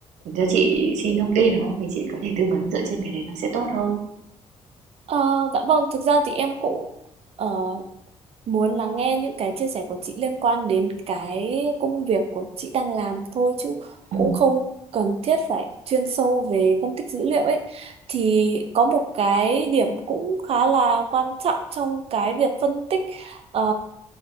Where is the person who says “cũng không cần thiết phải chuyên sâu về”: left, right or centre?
Right